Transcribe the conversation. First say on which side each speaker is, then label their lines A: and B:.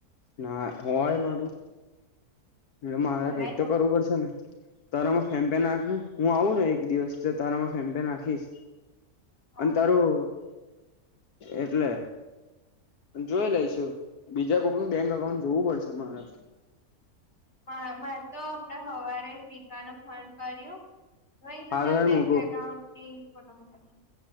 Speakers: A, on the left; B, on the left.
A: ના હોય, મારું. એટલે મારે
B: ખોલાઈ
A: કઈક તો
B: જશે
A: કરવું પડશે ને. તારામાં ફેમ્પેન નાખ ને, હું આવું ને, એક દિવસ તારા ફેમ્પેન નાખીશ.
B: હા
A: અને તારું એટલે જોઈ લઈશુ. બીજા કોકનું બેંક અકાઉન્ટ જોવું પડશે, મારા
B: હમણાં, તો હમણાં સવારે વકા ન ફોન કર્યું. હમણાં એ તો
A: હારું
B: તાર
A: હેડ
B: બેંક
A: મૂકું
B: એકાઉન્ટની ફોટો મુકા છે.